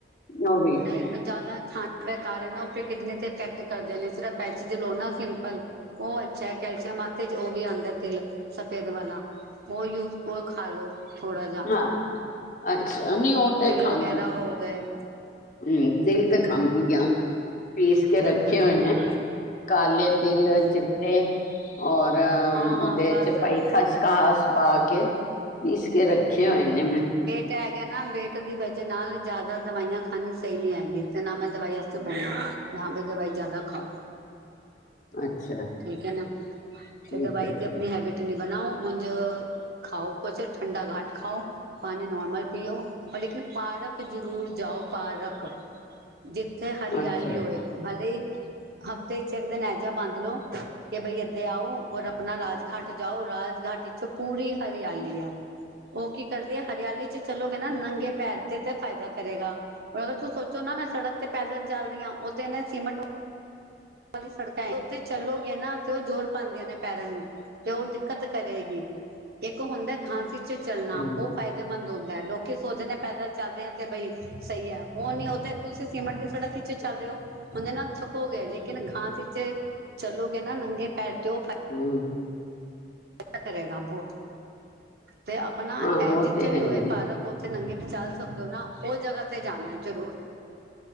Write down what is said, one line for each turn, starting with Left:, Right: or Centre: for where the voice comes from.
Left: ਮੈ ਉਹ ਵੇਖਦੀ
Right: ਇੱਕ ਜ਼ਿਆਦਾ ਖਾਣਾ ਬੇਕਾਰ, ਏ ਨਾ ਕਿਡਨੀ ਤੇ ਇਫੈਕਟ ਕਰਦੇ ਨੇ, ਸਿਰਫ ਆਕਸੀਜ਼ਨ ਲੋ ਨਾ ਸਿੰਪਲ ਉਹ ਅੱਛਾ ਹੈ, ਕੈਲਸ਼ੀਅਮ ਵਾਸਤੇ ਉਹ ਵੀ ਆਉਂਦਾ ਤਿਲ ਸਫੇਦ ਵਾਲਾ ਉਹ ਯੂ, ਉਹ ਖਾ ਲ ਲੋ ਥੋੜਾ ਜਿਹਾ
Left: ਹਾ, ਅੱਛਾ ਨਹੀਂੀ ਉਹ ਤੇ
Right: ਤਿਲ
Left: ਖਾਂਦੀ
Right: ਵਗੈਰਾ ਹੋ ਗਏ
Left: ਹਮ ਤਿਲ ਤੇ ਖਾਂਦੀ ਆ, ਪੀਸ ਕੇ ਰੱਖੇ
Right: ਹਮ ਹਮ,
Left: ਓਏ ਕਾਲੇ ਤਿਲ
Right: ਹਮ,
Left: ਚਿੱਟੇ ਔਰ
Right: ਹਾਂ
Left: ਉਹਦੇ
Right: ਹਾਂ ਬਸ
Left: ਚ ਪਾਈ ਖਸ ਖਸ ਪਾ ਕੇ, ਪੀਸ ਕੇ ਰੱਖੇ ਹੋਏ ਮੈਂ
Right: ਤੇ ਹੈ ਗਿਆ ਨਾ, ਵੇਟ ਦੀ ਵਜ੍ਹਾ ਨਾਲ ਜ਼ਿਆਦਾ ਦਵਾਈਆਂ ਖਾਣੀ ਸਹੀ ਨੀ ਹੈਗੀ, ਤੇ ਨਾ ਮੈਂ ਦਵਾਈ ਬੋਾਂ ਜਾ ਪੇ ਦਵਾਈ, ਜ਼ਿਆਦਾ ਖਾਓ
Left: ਅੱਛਾ
Right: ਠੀਕ ਹੈ ਨਾ,
Left: ਠੀਕ
Right: ਤੇ ਦਵਾਈ
Left: ਹੈ ਠੀਕ
Right: ਦੀ ਆਪਣੀ, ਹੈਬਿਟ ਤੇ ਬਣਾਓ, ਉਝ ਖਾਓ ਕੁਛ, ਠੰਡਾ ਘਟ ਖਾਓ, ਪਾਣੀੀ ਨੋਰਮਲ ਪੀਓ ਲੇਕਿਨ ਪਾਰਕ ਜ਼ਰੂਰ ਜਾਓ, ਪਾਰਕ ਜਿੱਥੇ, ਹਰਿਆਲੀ
Left: ਅੱਛਾ
Right: ਹੋਏ ਹਾਲੇ ਹਫ਼ਤੇ ਚ, ਇੱਕ ਦਿਨ ਇਹ ਜਿਹਾ ਬੰਦ ਰੋ ਕਿ ਬਈ ਏਦਾਂ ਆਓ, ਔਰ ਆਪਣਾ ਰਾਜ ਘਾਟ ਜਾਓ, ਰਾਜ -ਘਾਟ ਵਿੱਚ ਪੂਰੀ ਹਰਿਆਲੀ ਹੈ ਉਹ ਕੀ ਕਰਦੇ ਹੈ, ਹਰਿਆਲੀ ਚ ਚਲੋਗੇ ਨਾ ਨੰਗੇ ਪੈਰ ਤੇ-ਤੇ ਫਾਇਦਾ ਕਰੇਗਾ ਹੁਣ ਅਗਰ ਤੂੰ ਸੋਚੋ ਨਾ, ਮੈਂ ਸੜਕ ਤੇ ਪੈਦਲ ਚੱਲ ਰਹੀ ਹਾਂ, ਉਥ ਇਹ ਸੀਮਟ ਸੀਮਟ ਵਾਲੀ ਸੜਕ ਉੱਥੇ ਚੱਲੋਗੇ ਨਾ, ਤੇ ਉਹ ਜੋੋਰ ਪਾਉਂਦੀਆਂ ਨੇ ਪੈਰਾਂ ਨੂੰ- ਤੇ ਉਹ ਦਿੱਕਤ ਕਰੇਗੀ, ਇੱਕ ਹੁੰਦਾ ਘਾਸ ਵਿੱਚ ਚੱਲਣਾ
Left: ਹਮ
Right: ਉਹ ਫਾਇਦੇਮੰਦ ਹੁੰਦਾ, ਹੈ ਲੋਕ ਸੋਚਦੇ ਪੈਦਲ ਚੱਲ ਰਹੇ ਆ ਤੇ ਬਈ ਸਹੀ ਹੈ, ਉਹ ਨੀ ਉਹ ਤੇ ਤੁਸੀਂ ਸੀਮੈਂਟ ਦੀ ਸੜਕ ਚ ਚੱਲ ਰਹੇ ਹੋ, ਹੁੰਦੇ ਨਾ ਥਕੋਗੇ ਲੇਕਿਨ ਘਾਸ ਵਿੱਚ, ਚੱਲੋਗੇ ਨਾ ਨੰਗੇ ਪੈਰ ਤੇ ਉਹ
Left: ਹਮ
Right: ਪਤਾ ਕਰੇਗਾ ਬਹੁਤ ਤੇ, ਆਪਣਾ
Left: ਹਾਂ
Right: ਇਹ
Left: ਉਹ
Right: ਜਿੱਥੇ
Left: ਤੇ
Right: ਵੀ
Left: ਹੈ ਹੀ
Right: ਹੋਏ ਪਾਦੌ ਉੱਥੇ ਨੰਗੇ ਪੈਰੀ ਚਲ ਸਕਦੇ ਹੋ ਨਾ, ਉਹ ਜਗ੍ਹਾ ਤੇ ਜਾਣਾ ਜਰੂਰ